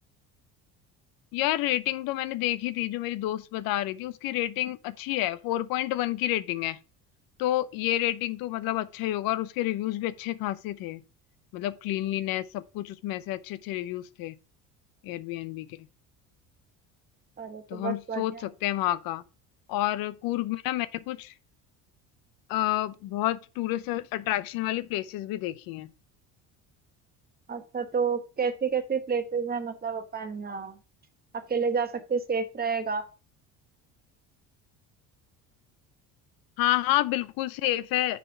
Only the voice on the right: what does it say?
अरे
तो
बस
बढ़िया
है
अच्छा तो कैसी कैसी प्लेसेस हैं मतलब अपन अ, अकेले जा सकते सेफ रहेगा